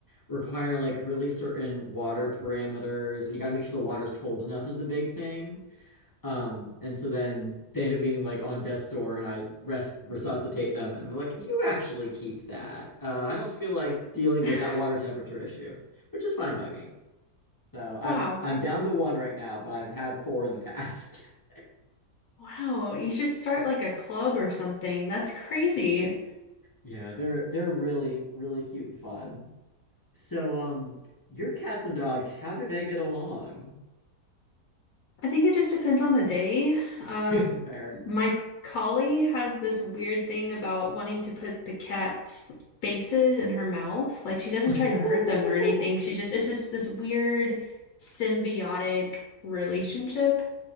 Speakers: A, on the left; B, on the left.
A: require like really certain water parameters and you gotta make sure the water's cold enough is the big thing. Um, and so then they end up being like on death's door, and I res resuscitate them, and they're like, "You actually keep that. Uh, I don't feel like dealing
B: <laughs>
A: with that water temperature issue, which is fine by me." So I'm
B: Wow.
A: I'm down to one right now, but I've had four in the past. <laughs>
B: Wow. You should start like a club or something. That's crazy.
A: Yeah, they're they're really really cute and fun. So um, your cats and dogs, how do they get along?
B: I think it just depends on the day. Um,
A: <laughs> Fair.
B: my collie has this weird thing about wanting to put the cat's faces in her mouth. Like she doesn't
A: <laughs>
B: try to hurt them or anything. She just, it's just this weird symbiotic relationship.